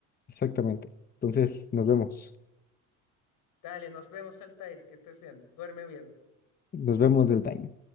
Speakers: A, on the left (about 25°); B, on the left (about 65°).
A: Exactamente. Entonces, nos vemos.
B: Dale, nos vemos, Altair, que estés bien, duerme bien.
A: Nos vemos del time.